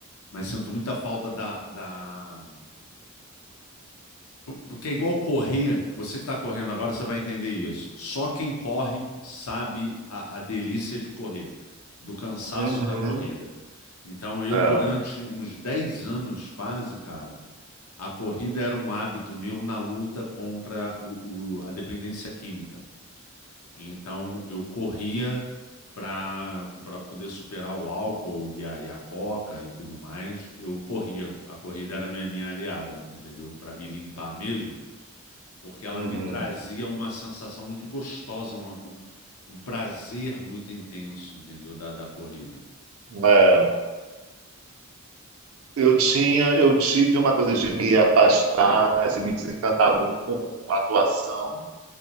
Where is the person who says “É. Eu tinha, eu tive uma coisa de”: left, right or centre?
Right